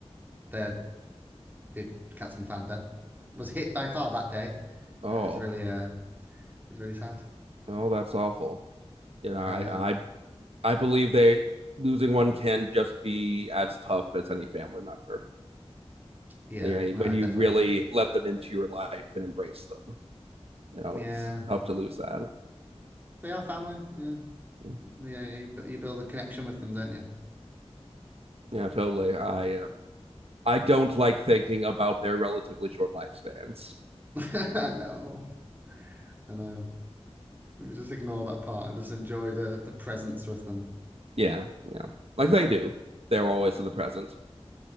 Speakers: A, on the right; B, on the right.
A: the the cat's been found dead, was hit by a car that day,
B: Oh,
A: and it was really uh, it's really sad.
B: oh, that's awful. You know, I
A: Uh,
B: I I believe they losing one can just be as tough as any family member.
A: yeah,
B: you know,
A: no, I
B: when you
A: definitely
B: really
A: agree.
B: let them into your life and embrace them. You know,
A: Yeah,
B: it's tough to lose that.
A: they are family. Yeah,
B: Mm,
A: yeah, you, you build a connection with them, don't you?
B: Yeah, totally. I uh, I don't like thinking about their relatively short lifespans.
A: <laughs> I know, I know. Let me just ignore that part and just enjoy the the presence with them.
B: Yeah, yeah, like they do. They're always in the present.